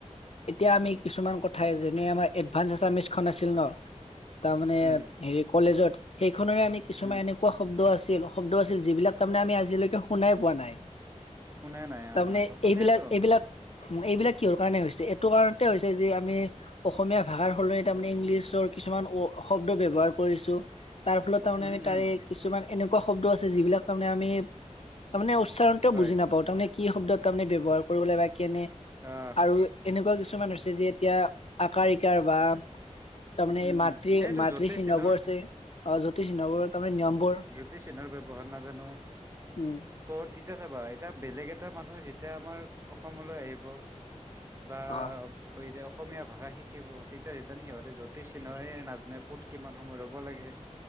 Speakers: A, on the left; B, on the right.
A: এতিয়া আমি কিছুমান কথাই যেনে আমাৰ এডভান্স আচামিছ খন আছিল ন' তাৰমানে
B: উম
A: হেৰি কলেজত এইখনেৰে আমি কিছুমান
B: উম
A: এনেকুৱা শব্দ আছে- তে লহ। শব্দ আছিল যিবিলাক তাৰমানে আমি আজিলৈকে শুনাই পোৱা নাই।
B: শুনাই নাই অ
A: তাৰমানে
B: হয় অসমীয়াতো
A: এইবিলাক- এইবিলাক- এইবিলাক কিহৰ কাৰনে হৈছে এইটো কাৰণতে হৈছে যে আমি অসমীয়া ভাষাৰ সলনিত তাৰমানে ইংলিছৰ কিছুমান ৱ শব্দ ব্যৱহাৰ কৰিছো। তাৰ ফলত তাৰমানে
B: উম
A: আমি তাৰে
B: উম
A: কিছুমান এনেকুৱা শব্দ আছে যিবিলাক তাৰমানে আমি তাৰমানে উচ উচ্চাৰণটো
B: হয়
A: বুজি নাপাওঁ তাৰমানে কি শব্দত তাৰমানে ব্যৱহাৰ কৰিবলে বা কেনে
B: অ
A: আৰু এনেকুৱা কিছুমান হৈছে যে এতিয়া আকাৰ- ইকাৰ বা তাৰমানে
B: উম
A: মাতৃ-মাতৃ
B: উম সেইটো জ্যোতিষ
A: চিহ্নবোৰ
B: চিহ্নৰ
A: আছে অ জ্যোতিষ চিহ্নবোৰ তাৰমানে নিয়মবোৰ-
B: যতি চিহ্নৰ ব্যৱহাৰ নাজানো
A: উম
B: ক'ত এতিয়া চাবা এতিয়া বেলেগ- কেইটা মানুহ যেতিয়া আমাৰ অসমলৈ আহিব- আ
A: অ
B: বিদেশ- অসমীয়া ভাষা শিকিব তেতিয়া যেতিয়া নেকি সিহঁতে য'- তি চিহ্নয়ে নাজানে ক'ত কিমান সময় ৰব লাগে।